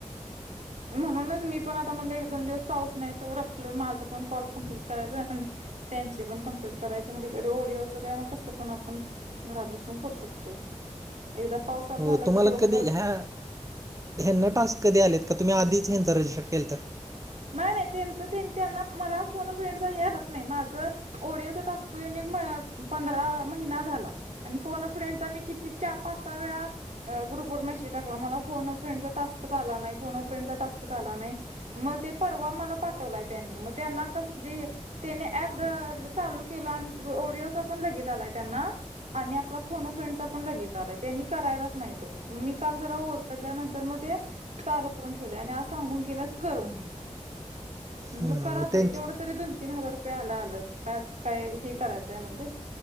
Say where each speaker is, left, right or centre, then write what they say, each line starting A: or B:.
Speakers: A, on the right; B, on the right.
A: म्हणूनच. मी पण आता म्हणला एक दोन दिवस. पाऊस नाही तर आपलं माझं पण कॉल कम्प्लीट करायचं अण त्यांची पण कम्प्लीट. करायचे म्हणजे कधी ओडीओचं काय म कसं पण आपण घरात बसून करू शकतोय. एकदा पाऊस चालू
B: हो
A: झाला
B: तुम्हाला
A: की दिवसभर.
B: कधी ह्या ह्यांना टास्क कधी आलेत? का तुम्ही आधीच ह्यांच रजिस्टर केलता तर?
A: नाही नाही त्यांच त्यांना मला फोन फ्रेंडचा यायलाच नाही माझं ओडिओचं टास्क युनिट माय पंधरा महिना झाला आणि फोन फ्रेंडचा मी किती चा पाच सहा वेळा. ग्रुप वर मेसेज टाकला मला फोन अ फ्रेंडचा टास्क आला नाही फोन अ फ्रेंडचा टास्क आला नाही. मग ते परवा मला पाठवलाय त्यांनी, मग त्यांना कस जे. त्याने ऍप चालू केला आणि ओडिओचा पण लगेच आलाय त्यांना. आणि आपला फोन अ फ्रेंडचा पण लगेच आलाय त्यांनी करायलाच नाही तो मग मी काल जरा ओरडल्यानंतर मग ते. चालू करून ठेवले आणि आज सांगून गेलात कर म्हणून. म्हणलं
B: हम्म
A: करा तरी,
B: त्यांच
A: तेवढं तरी दोन तीन हजार रुपये आलं आलं, का काय हे करायचंय म्हणलं?